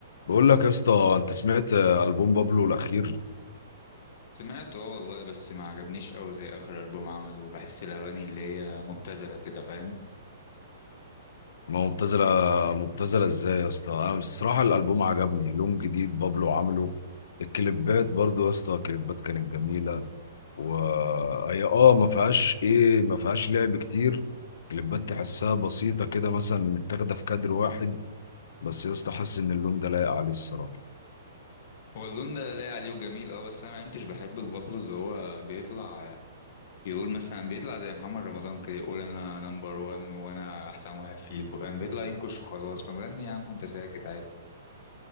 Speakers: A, on the left (about 70°); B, on the left (about 45°).
A: بقول لك يا اسطى انت سمعت البوم بابلو الاخير
B: سمعته اه والله بس ما عجبنيش قوي زي اخر البوم عمله بحس الاغاني اللي هي مبتذله كده فاهم
A: ما هو مبتذله مبتذله ازاي يا اسطى انا الصراحه الالبوم عجبني لون جديد بابلو عامله الكليبات برضو يا اسطى الكليبات كانت جميله وهي اه ما فيهاش ايه ما فيهاش لعب كتير كليبات تحسها بسيطه كده مثلا متاخده في كادر واحد بس يا اسطى حاسس ان اللون ده لايق عليه الصراحه
B: هو اللون ده لاقي عليه وجميل اه بس انا ما كنتش بحب في بابلو اللي هو بيطلع يقول مثلا بيطلع زي محمد رمضان كده يقول انا نمبر وان وانا احسن واحد فيكوا فاهم بيطلع ينكش وخلاص ما تغني يا عم وانت ساكت عادي